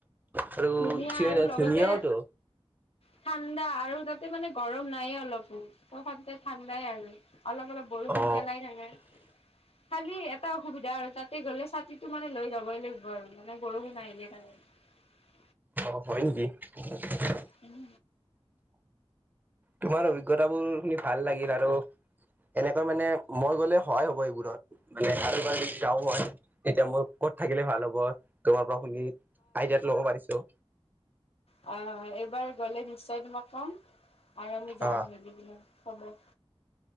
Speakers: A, on the right (about 15°); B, on the left (about 70°).
A: আৰু
B: ধুনীয়া
A: চ
B: আৰু
A: ন
B: লগতে
A: ধুনিয়াওটো
B: ঠাণ্ডা আৰু তাতে মানে গৰম নাইে অলপো ত স ঠাণ্ডাই আৰু অলপ অলপ বৰ গন
A: অ
B: পলাই থাকে খালি এটা অসুবিধা আৰু তাতে গ'লে ছাতিটো মানে লৈ যাবই লাগিব আৰু মানে বৰষু নাই দিয়েই কাৰণেই
A: অ হয় নকি । <unintelligible>
B: উম
A: তোমাৰ অভিজ্ঞতাাবোৰ শুনি ভাল লাগিল আৰু এনেকা মানে মই গলে সহায় হব এইবোৰত মানে আৰুব যদি যাওঁ মই তেতিয়া মোৰ কত থাকিলে ভাল হব তোমাৰ শুনি আইডিয়াত ল'ব পাৰিছো
B: হয় হয় অ এইবাৰ গ'লে । নিশ্চয় তোমাক ক'ম আৰু আমি যাম
A: অ
B: যদি কিনে হ'ব ।